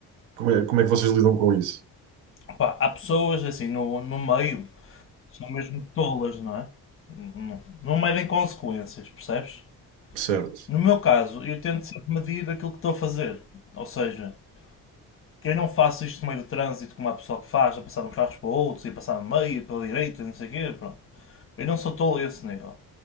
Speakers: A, on the right (about 75°); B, on the left (about 30°).
A: como é, como é que vocês lidam com isso.
B: Pá, há pessoas assim no, no meio que são mesmo tolas, não é? Não, não medem consequências, percebes?
A: Certo,
B: No meu caso, eu tento sempre medir aquilo que estou a fazer. Ou seja, que eu não faço isto no meio do trânsito como há pessoal que faz, a passar de uns carros para outros e passar no meio, e pela direita, e não sei o quê, pronto. Eu não sou tolo a esse nível.